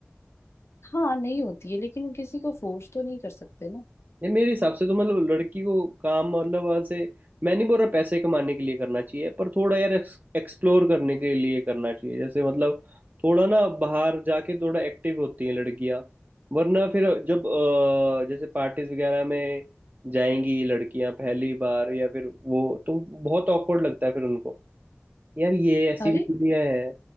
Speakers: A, on the left; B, on the right.
A: हाँ नहीं होती है लेकिन किसी को फोर्स तो नहीं कर सकते ना
B: ये मेरे हिसाब से तो मतलब लड़की को काम मतलब ऐसे मैं नहीं बोल रहा पैसे कमाने के लिए करना चाहिए पर थोड़ा यार एक्सप्लोर करने के लिए करना चाहिए जैसे मतलब थोड़ा ना बाहर जाके थोड़ा एक्टिव होती हैं लड़कियां वरना फिर जब अ, जैसे पार्टीज वगैरह में जाएंगी लड़कियां पहली बार या फिर वो तो बहुत ऑकवर्ड लगता है फिर उनको यार ये ऐसी
A: अरे
B: भी दुनिया है